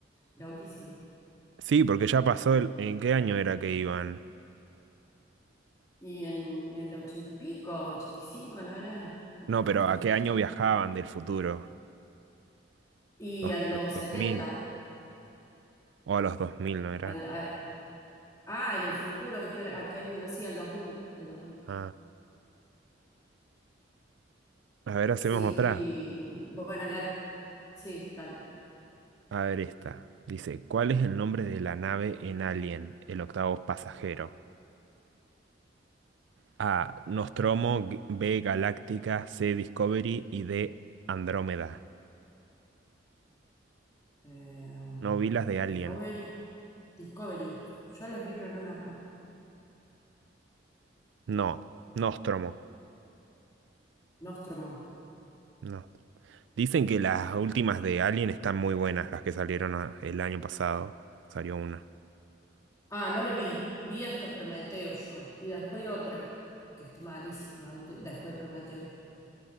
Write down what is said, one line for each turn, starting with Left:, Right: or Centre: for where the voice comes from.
Left: Loquísimo.
Right: Sí, porque ya pasó el... ¿En qué año era que iban?
Left: Y en, el ochenta y pico, 85 ¿no era? Back
Right: No, pero
Left: to
Right: ¿a
Left: the Future.
Right: qué año viajaban del futuro?
Left: Y
Right: ¿A
Left: a los
Right: los 2000?
Left: 70,
Right: O a los dos mil ¿no era?
Left: al- a- ah, en el futuro, ¿a qué, hora- a qué año iba? Sí, al 2000, al 2000.
Right: Ah. A ver, hacemos
Left: Sí,
Right: otra.
Left: y mm, bueno, la, sí, dale.
Right: A ver esta. Dice, ¿cuál es el nombre de la nave en Alien, el octavo pasajero? A. Nostromo, G- B. Galáctica, C. Discovery y D. Andrómeda.
Left: eh, um,
Right: No vi las de Alien.
Left: Discovery. Discovery. Yo las vi, pero no me acuerdo.
Right: No, Nostromo.
Left: Nostromo.
Right: No. Dicen que las últimas de Alien están muy buenas, las que salieron ah, el año pasado. Salió una.
Left: Ah, no la vi. Vi hasta Prometeo yo. Y después otra, que está malísima antes, después de Prometeo.